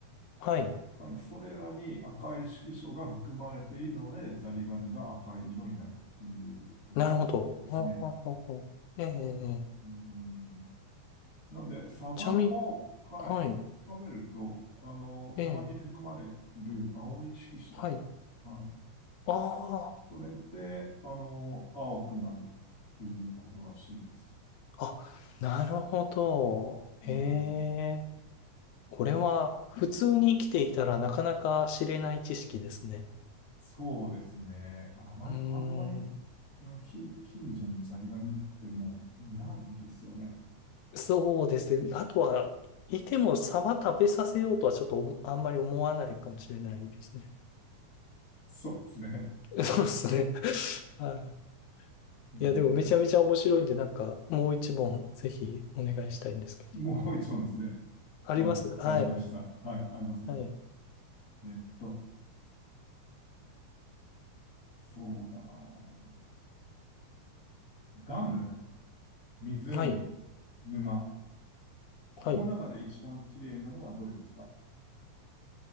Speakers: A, on the left (about 75°); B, on the left (about 25°).
A: はい。
B: はい、それらに赤い色素が含まれているので、ザリガニが赤い色になるっていうことなんですね。
A: なるほど。あーあー、あーええ、
B: うんなんで、サバを、
A: ちなみに、
B: はい、
A: はい。
B: 食べると、あの、サバに含まれる青い色素、
A: ええ、はい。
B: はい、
A: あ
B: それで、あの、青くなるっていうことらしいです。
A: あ、あ、なるほど。
B: う
A: ええ。これは普通に生きていたらなかなか知れない知識ですね。
B: そうですね。あまり、
A: うーん。
B: あんまり、うん近、近所にザリガニってもういないんですよね。
A: そうですね。あとは、いてもサバ食べさせようとはちょっと思あんまり思わないかもしれないですね。
B: そうですね。
A: そうですね。<laughs> はい。
B: うん
A: いや、でもめちゃめちゃ面白いんで、なんかもう一問ぜひお願いしたいんですけど。
B: もう一問ですね。
A: ありますはい。
B: わかりました。はい、ありますよ。
A: はい。
B: えっと、そうだな。ガム。湖、
A: はい。
B: 沼。この中で一番綺麗なのはどれですか
A: はい。